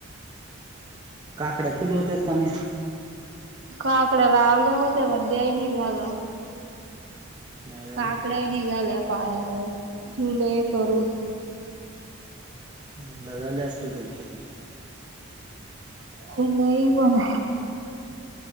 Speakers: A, on the right; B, on the right.
A: काकड्या फुल होत्यात का नाही.
B: काकड्या लावल्या होत्या. पण द्याय नाही झालं
A: नाही झाले
B: काकड्या. निघाल्या पाण्याने ठेवले हे करून.
A: म्हटलं झाले असतील तुमचा पण.
B: हो नाही पण.